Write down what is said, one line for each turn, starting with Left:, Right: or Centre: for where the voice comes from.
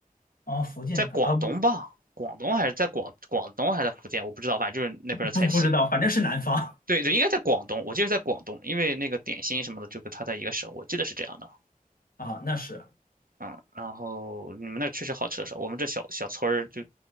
Left: 哦，福建菜啊，
Right: 在广东吧，
Left: 不
Right: 广东还是在广广东还是在福建，我不知道，反正就是那边的菜系。
Left: 不不知道，反正是南方
Right: 对对，应该在广东，我记得在广东，因为那个点心什么的，就跟他在一个省，我记得是这样的。
Left: 啊。那是
Right: 嗯，然后你们那儿确实好吃的少，我们这小小村儿就